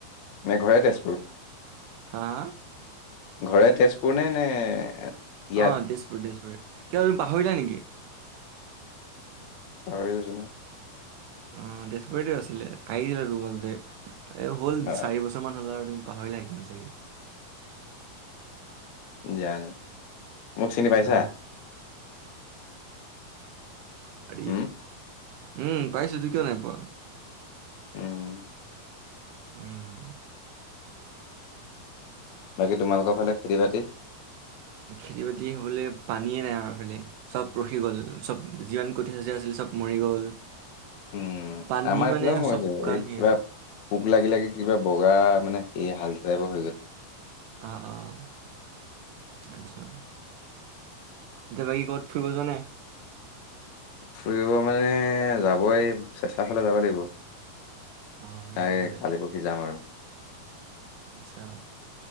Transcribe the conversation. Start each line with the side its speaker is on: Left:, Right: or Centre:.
Left: নে ঘৰে তেজপুৰ।
Right: হা, হা।
Left: ঘৰে তেজপুৰ নে, নে। ইয়াত
Right: আহ, তেজপুৰ, তেজপুৰ কিবা তুমি পাহৰিলা নেকি।
Left: পাহৰি গৈছে ন।
Right: অ, তেজপুৰতে আছিলে আহিছিল <unintelligible> আৰু তোৰ মাজতে এই হ'ল
Left: নহয়
Right: চাৰি বছৰমান হ'ল। পাহৰিলাই ন, চাগে।
Left: জানো মোক চিনি পাইছা।
Right: অ হ,
Left: উম
Right: উম, পাইছো কিয় নাই পোৱা।
Left: উম।
Right: উম।
Left: বাকী তোমালোকৰ ফালে খেতি বাতি?
Right: খেতি বাতি হ'বলৈ পানীয়েই নাই আৰু আমাৰফালে, চব ৰখি গ'ল চব যিমান কঠিয়া চঠীয়া আছিলে চব চব মৰি গ'ল।
Left: উম।
Right: পানী
Left: আমাৰ এইফালেও
Right: মানে
Left: মৰি
Right: চব
Left: যাব,
Right: শুকান
Left: এই কিবা
Right: হৈ আছে
Left: পোক লাগি লাগি কিবা বগা মানে এই হাল তেৰ হাজাৰ
Right: অ', অ', আচ্ছা। এতিয়া বাকী ক'ত ফুৰিব যোৱা নাই?
Left: ফুৰিব মানে যাবই চেচাঁ ফালে যাব লাগিব। প্ৰায়
Right: অ চেচা ফালে
Left: কালি পৰহি যাম আৰু।
Right: আচ্ছা।